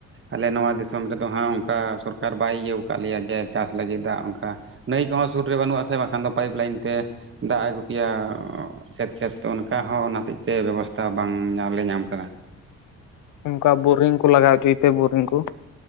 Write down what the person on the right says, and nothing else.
ᱟᱞᱮ ᱱᱚᱣᱟ ᱫᱤᱥᱚᱢ ᱨᱮᱫᱚ ᱦᱟᱸᱜ ᱚᱱᱠᱟ ᱥᱚᱨᱠᱟᱨ ᱵᱟᱭ ᱤᱭᱟᱹ ᱟᱠᱟᱫ ᱞᱮᱭᱟ ᱡᱮ ᱪᱟᱥ ᱞᱟᱹᱜᱤᱫ ᱫᱟᱜ ᱚᱱᱠᱟ ᱱᱟᱹᱭ ᱠᱚᱦᱚᱸ ᱥᱩᱨ ᱨᱮ ᱵᱟᱹᱱᱩᱜ ᱟᱥᱮ ᱵᱟᱝᱠᱷᱟᱱ ᱫᱚ ᱯᱟᱭᱤᱯ ᱞᱟᱭᱤᱱ ᱛᱮ ᱫᱟᱜ ᱮ ᱟᱹᱜᱩ ᱠᱮᱭᱟ ᱠᱷᱮᱛ ᱠᱷᱮᱛ ᱚᱱᱠᱟ ᱦᱚᱸ ᱚᱱᱟ ᱦᱚᱛᱮᱡ ᱛᱮ ᱵᱮᱵᱚᱥᱛᱷᱟ ᱵᱟᱝ ᱧᱮ ᱧᱟᱢ ᱟᱠᱟᱫᱟ